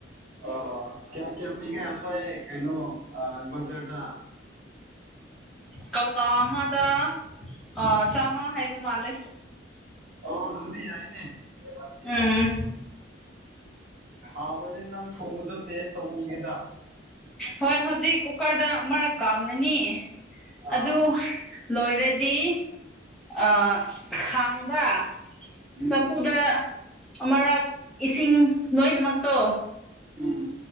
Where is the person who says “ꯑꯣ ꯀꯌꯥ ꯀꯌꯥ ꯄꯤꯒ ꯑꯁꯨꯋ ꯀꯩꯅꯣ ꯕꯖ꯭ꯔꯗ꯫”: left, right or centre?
Right